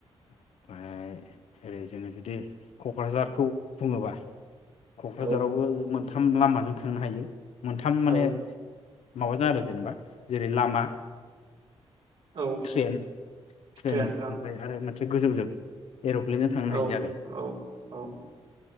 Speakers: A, on the left; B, on the right.
A: ओमफ्राय ओरै जोङो जुदि कक्राझारखौ बुङोबा कक्राझारावबो
B: औ
A: मोनथाम लामानि जों थांनो हायो मोनथाम माने
B: औ
A: माबाजों आरो जेनेबा जेरै लामा
B: औ
A: ट्रेन <unintelligible>
B: ट्रेना
A: ओमफाय आरो मो एसे गोजौजों। एरप्लेनजों थांनो हायो
B: औ
A: आरो।
B: औ औ